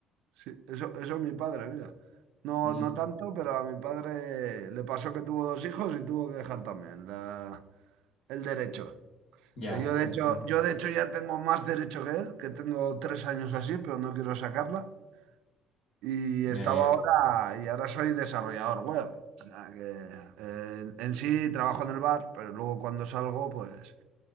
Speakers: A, on the right (about 80°); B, on the left (about 75°).
A: Sí, eso, eso es mi padre, mira. No,
B: Mm,
A: no tanto, pero a mi padre le pasó que tuvo dos hijos y tuvo que dejar también la- el derecho.
B: ya,
A: Que yo de
B: te
A: hecho,
B: entiendo.
A: yo de hecho ya tengo más derecho que él, que tengo tres años o así, pero no quiero sacarla. Y
B: Ya,
A: estaba
B: ya, ya.
A: ahora, y ahora soy desarrollador web. O sea que eh, en, en sí trabajo en el bar, pero luego cuando salgo, pues,